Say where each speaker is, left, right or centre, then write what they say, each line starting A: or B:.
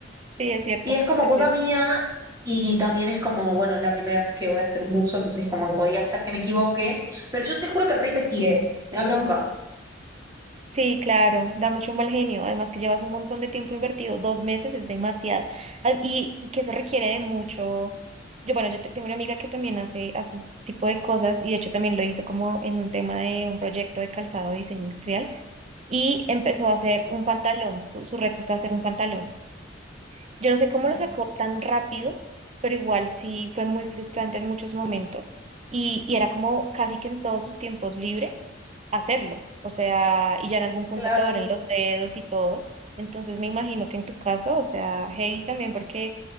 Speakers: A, on the right (about 35°); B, on the right (about 20°).
A: Sí, es cierto,
B: Y es como
A: es
B: culpa
A: cierto.
B: mía y también es como, bueno, es la primera vez que voy a hacer un buzo, entonces como que podía ser que me equivoque, pero yo te juro que reinvestigué, me da bronca.
A: Sí, claro, da mucho mal genio. Además que llevas un montón de tiempo invertido, dos meses es demasiado. Ah, Y que eso requiere de mucho. Yo, bueno, yo te- tengo una amiga que también hace, hace ese tipo de cosas y de hecho también lo hizo como en un tema de un proyecto de calzado de diseño industrial y empezó a hacer un pantalón. Su, su reto fue hacer un pantalón. Yo no sé cómo
B: Ujú.
A: lo sacó tan rápido, pero igual sí fue muy frustrante en muchos momentos y, y era como casi que en todos sus tiempos libres hacerlo. O sea, y ya en algún punto
B: Claro.
A: te duelen los dedos y todo. Entonces me imagino que en tu caso, o sea, heavy también porque